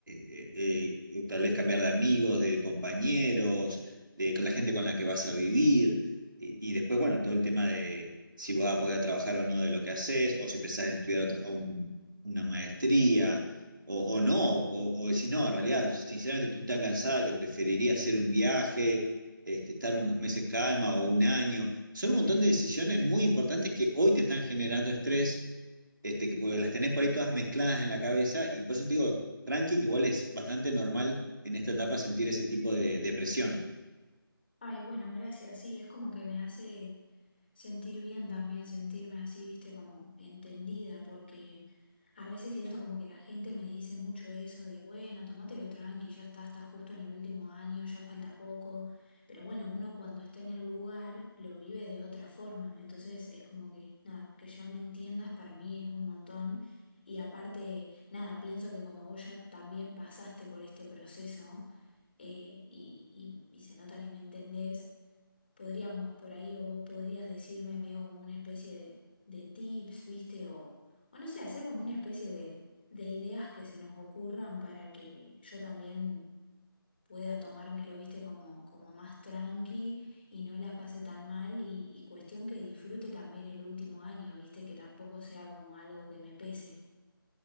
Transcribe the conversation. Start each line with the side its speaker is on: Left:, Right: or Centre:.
Right: eh, eh, eh, tal vez cambiar de amigos, de compañeros, de con la gente con la que vas a vivir. Y, y después, bueno, todo el tema de si vas a poder trabajar o no de lo que haces, o si pensás en estudiar otra- un- una maestría o, o no, o, o decís, no, en realidad, sinceramente estoy tan cansada que preferiría hacer un viaje, este, estar
Left: Sí,
Right: unos meses calma o un año. Son un montón
Left: sí.
Right: de decisiones muy importantes que hoy te están generando estrés, este, que, porque las tenés por ahí todas mezcladas en la cabeza, y por eso te digo, tranqui, que igual es bastante normal en esta etapa sentir ese tipo de depresión.
Left: Ay, bueno, gracias. Sí, es como que me hace sentir bien también, sentirme así, viste, como entendida, porque a veces siento como que la gente me dice mucho eso de, bueno, tomátelo tranqui, ya está, está justo en el último año, ya falta poco, pero bueno, uno cuando está en el lugar lo vive de otra forma, entonces es como que, nada, que ya me entiendas para mí es un montón. Y aparte, nada, pienso que como vos ya también pasaste por este proceso, eh, y, y y se nota que me entendés, podríamos por ahí, o vos podrías decirme medio como una especie de, de tips, ¿viste? O, o no sé, hacer como una especie de, de ideas que se nos ocurran para que yo también pueda tomármelo, ¿viste? Como, como más tranqui y no la pase tan mal y, y cuestión que disfrute también el último año, ¿viste? Que tampoco sea como algo que me pese.